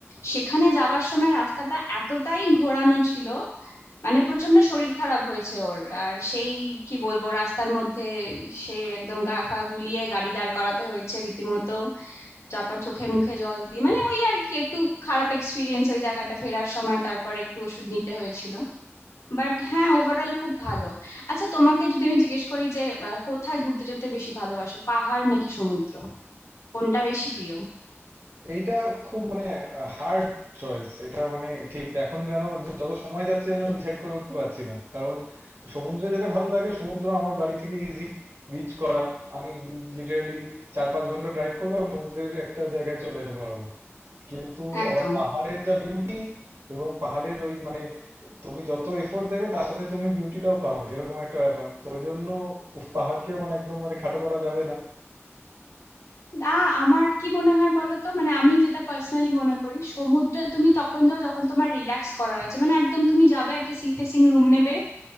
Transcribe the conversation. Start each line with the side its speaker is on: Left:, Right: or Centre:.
Left: সেখানে যাওয়ার সময় রাস্তাটা এতটাই ঘোরানো ছিল মানে প্রচন্ড শরীর খারাপ হয়েছে ওর আর সেই কি বলবো রাস্তার মধ্যে সে একদম গা ফা গুলিয়ে গাড়ি দাঁড় করাতে হয়েছে রীতিমতো তারপর চোখে মুখে জল দিয়ে মানে ওই আর কি একটু খারাপ এক্সপিরিয়েন্স ওই জায়গাটা ফেরার সময় তারপরে একটু ওষুধ নিতে হয়েছিল বাট হ্যাঁ ওভারঅল খুব ভালো আচ্ছা তোমাকে যদি আমি জিজ্ঞেস করি যে আহ, কোথায় ঘুরতে যেতে বেশি ভালোবাসো পাহাড় নাকি সমুদ্র কোনটা বেশি প্রিয়
Right: এইটা খুব মানে হার্ড চয়েস এটা মানে ঠিক এখন যেন যত সময় যাচ্ছে যেন ডিসাইড করে উঠতে পারছি না কারণ সমুদ্রে যেতে ভালো লাগে সমুদ্র আমার বাড়ি থেকে ইজি রিচ করা আমি লিটারালি চার পাঁচ ঘন্টা ড্রাইভ করবো আমি সমুদ্রের একটা জায়গায় চলে যেতে পারবো কিন্তু
Left: একদম
Right: আবার পাহাড়ের যা বিউটি এবং পাহাড়ের ওই মানে তুমি যত এফোর্ট দেবে তার সাথে তুমি বিউটিটাও পাবে এরকম একটা ব্যাপার তো ওই জন্য উফ, পাহাড়কেও মানে একদম মানে খাটো করা যাবে না
Left: না আমার কি মনে হয় বলো তো মানে আমি যেটা পার্সোনালি মনে করি সমুদ্রে তুমি তখন যাও যখন তোমার রিল্যাক্স করার আছে মানে একদম তুমি যাবে একটা সি ফেসিং রুম নেবে